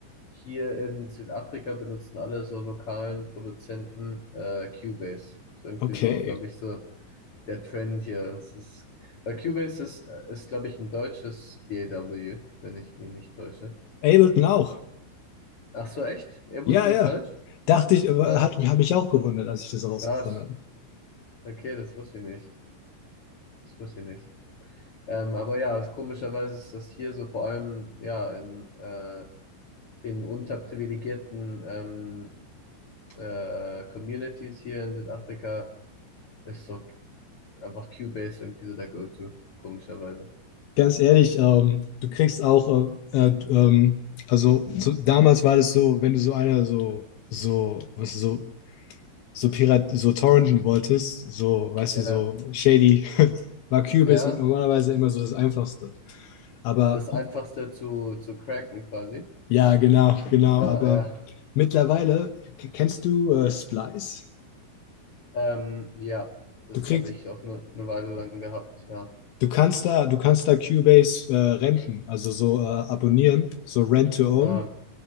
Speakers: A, on the left; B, on the left.
A: hier in Südafrika benutzen alle so lokalen Produzenten äh, Cubase. Ist irgendwie
B: okay.
A: so, glaube ich, so der Trend hier. Das ist, weil Cubase ist, äh, ist glaube ich, ein deutsches DAW, wenn ich mich nicht täusche.
B: Ableton auch.
A: Ach so, echt? Ableton
B: Ja, ja.
A: ist deutsch?
B: Dachte ich, aber
A: Ah,
B: hat, hat mich auch gewundert, als ich das herausgefunden
A: krass.
B: habe.
A: Okay, das wusste ich nicht. Das wusste ich nicht. Ähm, aber ja, es, komischerweise ist das hier so vor allem ja in, äh, in unterprivilegierten ähm, äh, Communities hier in Südafrika ist so einfach Cubase irgendwie so der Go-To, komischerweise.
B: Ganz ehrlich, ähm, du kriegst auch, äh, äh, ähm, also so, damals war das so, wenn du so einer so, so, was so, so Pirat, so torrenten wolltest, so, weißt
A: Ja,
B: du, so shady, <laughs> war Cubase
A: ja,
B: normalerweise immer so das Einfachste. Aber
A: das Einfachste zu, zu cracken quasi.
B: ja, genau, genau,
A: Ja,
B: aber
A: ja.
B: mittlerweile, k- kennst du äh, Splice?
A: Ähm, ja, das
B: Du kriegst,
A: habe ich auch eine ne ne Weile lang gehabt, ja.
B: du kannst da, du kannst da Cubase äh, renten, also so äh, abonnieren, so Rent to Own.
A: Ah,